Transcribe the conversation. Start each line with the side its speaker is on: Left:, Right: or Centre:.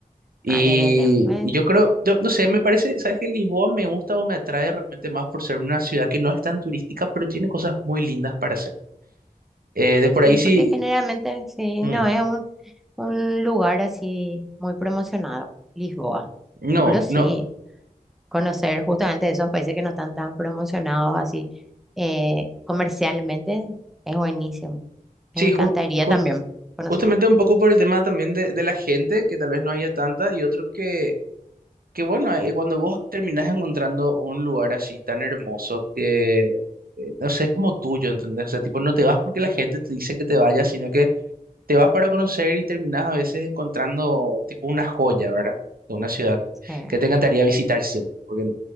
Right: Y,
Centre: ah, de Belén. Bueno,
Right: y yo creo, yo no sé, me parece, ¿sabes qué? Lisboa me gusta o me atrae realmente más por ser una ciudad que no es tan turística, pero tiene cosas muy lindas para hacer. Eh, de por
Centre: sí,
Right: ahí sí,
Centre: porque generalmente, sí,
Right: mm,
Centre: no es un... Un lugar así muy promocionado, Lisboa.
Right: no,
Centre: Pero sí,
Right: no,
Centre: conocer justamente esos países que no están tan promocionados así eh, comercialmente es buenísimo.
Right: sí,
Centre: Me encantaría
Right: jus- jus-
Centre: también conocer.
Right: justamente un poco por el tema también de, de la gente, que tal vez no haya tanta, y otro que, que bueno, eh, cuando vos terminás encontrando un lugar así tan hermoso que, eh, no sé, es como tuyo, ¿entendés? O sea, tipo, no te vas porque la gente te dice que te vayas, sino que te vas para conocer y terminas a veces encontrando tipo una joya, ¿verdad? De una ciudad
Centre: eh.
Right: que te encantaría visitar siempre. Porque